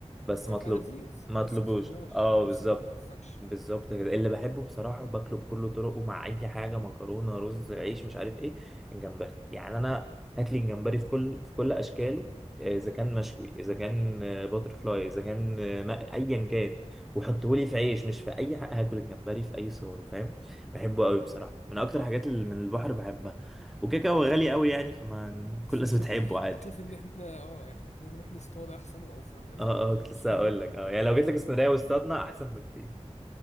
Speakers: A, in the centre; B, on the left.
A: بس
B: وهيبقى
A: ما اطلب
B: لذيذ
A: ما
B: بس
A: اطلبوش
B: ما تطلبهاش
A: اه
B: اه نفسك
A: بالظبط
B: ما بتتفكش
A: بالظبط كده اللي بحبه بصراحة باكله بكل طرقه مع أي حاجة مكرونة رز عيش مش عارف إيه الجمبري يعني أنا هات لي الجمبري في كل في كل أشكاله آه، إذا كان مشوي إذا كان باتر فلاي إذا كان آه، ما- أيا كان وحطه لي في عيش مش في أي حاجة هاكل الجمبري في أي صوره فاهم بحبه قوي بصراحة من أكتر حاجات اللي من البحر بحبها وكده هو غالي قوي يعني فما
B: <laughs>
A: كل الناس بتحبه عادي
B: انا شايف ان احنا اه احنا إحنا نروح نصطاد احسن واوفر لنا
A: اه اه كنت لسه
B: <laughs>
A: هقول لك اه يعني لو جيت لك اسكندرية
B: يعني
A: واستضنا أحسن بكتير